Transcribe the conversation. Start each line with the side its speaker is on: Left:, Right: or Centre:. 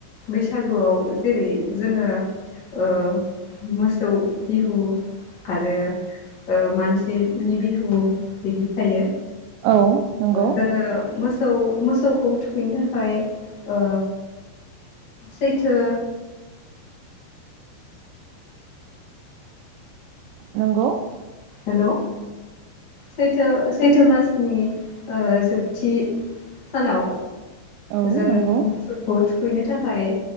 Left: बैसागोआव जेरै जोङो ओ मोसौ बिहु आरो ओ मानसिनि बिहु बिदि थायो
Right: औ नंगौ
Left: जोङो मोसौ मोसौखौ थुखैनो ओमफ्राय ओ सैथो
Right: नंगौ
Left: हेलौ सैथो सैथो मासनि ओ जोबथि सानाव
Right: औ
Left: जोङो
Right: नंगौ
Left: मोसौखौ थुखैनो थाखाय